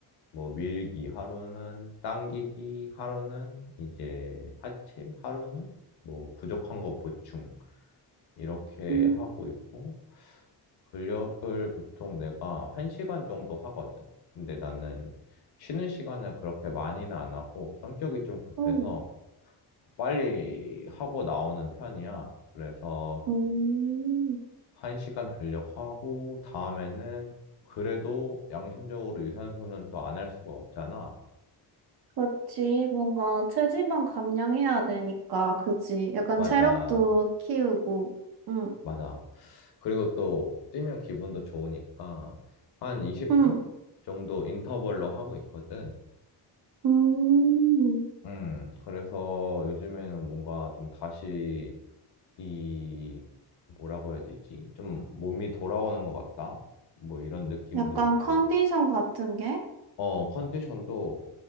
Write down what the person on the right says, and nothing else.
음,
음,
음.
그렇지. 뭔가 체지방 감량해야 되니까, 그지? 약간
체력도 키우고, 응,
응,
음.
약간
컨디션 같은 게?